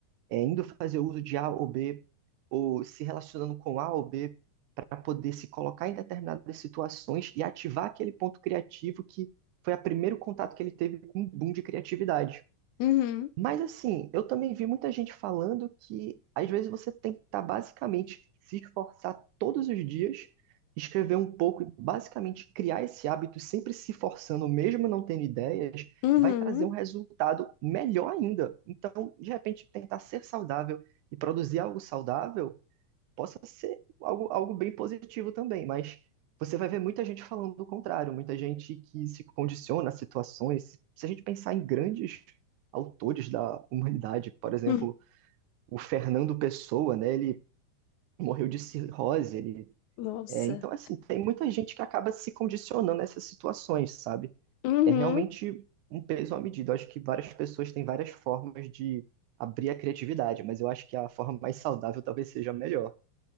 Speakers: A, on the right; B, on the left.
A: é, indo fazer uso de A ou B, ou se relacionando com A ou B para poder se colocar em determinadas situações e ativar aquele ponto criativo que foi o primeiro contato que ele teve com um boom de criatividade.
B: Uhum.
A: Mas assim, eu também vi muita gente falando que às vezes você tem que estar basicamente se esforçar todos os dias, escrever um pouco e basicamente criar esse hábito, sempre se forçando, mesmo não tendo ideias,
B: Uhum.
A: vai trazer um resultado melhor ainda. Então, de repente, tentar ser saudável e produzir algo saudável possa ser algo, algo bem positivo também, mas você vai ver muita gente falando do contrário, muita gente que se condiciona a situações. Se a gente pensar em grandes autores da humanidade, por exemplo,
B: hum
A: o Fernando Pessoa, né? Ele morreu de cirrose, ele
B: Nossa.
A: é, então, assim, tem muita gente que acaba se condicionando a essas situações, sabe?
B: Uhum.
A: É realmente um peso à medida. Eu acho que várias pessoas têm várias formas de abrir a criatividade, mas eu acho que a forma mais saudável talvez seja a melhor.